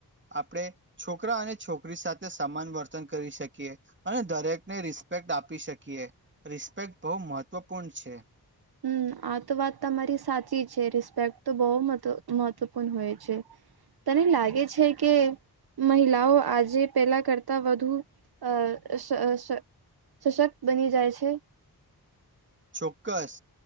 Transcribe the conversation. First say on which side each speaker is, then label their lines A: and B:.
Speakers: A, on the right; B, on the right.
A: આપણે છોકરા અને છોકરી સાથે સમાન વર્તન કરી શકીએ અને દરેકને રિસ્પેક્ટ આપી શકીએ રિસ્પેક્ટ બહુ મહત્વપૂર્ણ છે.
B: હમ આ તો વાત તમારી સાચી છે રિસ્પેક્ટ તો બહુ મહત્વપૂર્ણ હોય છે. તને લાગે છે કે મહિલાઓ આજે પેલા કરતા વધુ અ શ સશક્ત બની જાય છે.
A: ચોક્કસ